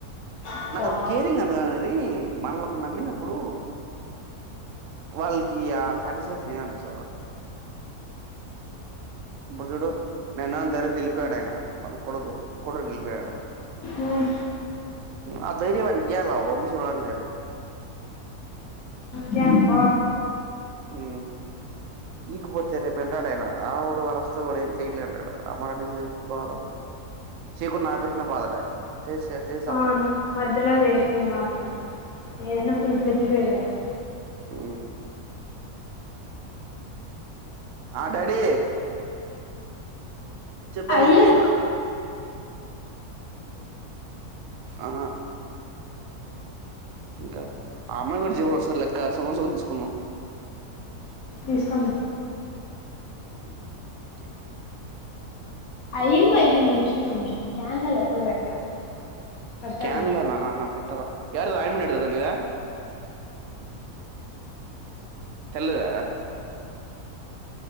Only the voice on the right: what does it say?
నాకు అది కేరింగ్ అను నేని మనలోకి నమ్మిిన ఇప్పుడు వాళ్ల్కి సటిస్ఫక్ స ఎప్పుడు చూడు నేన్న దర్ంద్ర గలిపోయాడుయినా వాళ్ళు కొడుకు కొడురు గెలిపోయాడు
ఆ ధైర్యవానికి గలా నిమిష అలనే
ఉ ఈకపోతే రేపు వెంటాడు ఆయన ఆ వాడు వరస్ వాడు ఏం చేయలే అంటాడు ఆమడన్నిుకోవాల చేయకుండా నాపేసిన బాధలే చేసి చేా
ఆ ఆ డాడీ చెప్పా
ఏమి ఆ ఇంకా అమ్మయి కూడాడి జీవడు వస్తారు లెక్క సుగం సుగం తీసుకుంద
అఓ
కన్లాల పెట్టదా యారుద అయమని ఎతుదాీదా తెల్దా